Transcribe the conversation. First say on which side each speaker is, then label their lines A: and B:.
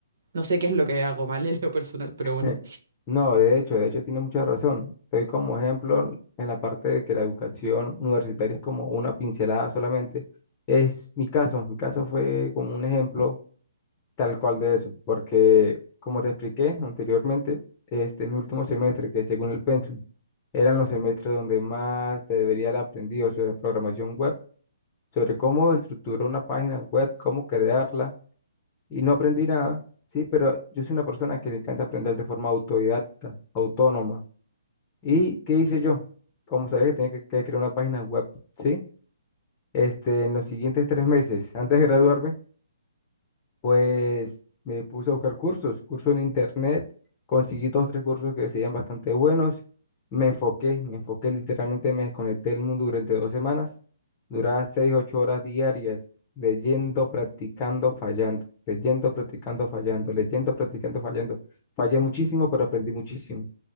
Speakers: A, on the right; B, on the left.
A: no sé qué es lo que hago mal en lo personal, pero
B: <laughs>
A: bueno,
B: No, de hecho, de hecho tiene mucha razón. Estoy como ejemplo en la parte de que la educación universitaria es como una pincelada solamente. Es mi caso, mi caso fue como un ejemplo tal cual de eso, porque como te expliqué anteriormente, este mi último semestre, que según el pensum, eran los semestres donde más te debería haber aprendido sobre programación web, sobre cómo estructurar una página web, cómo crearla y no aprendí nada, ¿sí? Pero yo soy una persona que le encanta aprender de forma autodidacta, autónoma. ¿Y qué hice yo? Como sabía que tenía que, que crear una página web, ¿sí? Este, en los siguientes tres meses, antes de graduarme, pues me puse a buscar cursos, cursos en internet, conseguí dos, tres cursos que serían bastante buenos, me enfoqué, me enfoqué, literalmente me desconecté del mundo durante dos semanas, duraba seis, ocho horas diarias, leyendo, practicando, fallando, leyendo, practicando, fallando, leyendo, practicando, fallando. Fallé muchísimo, pero aprendí muchísimo.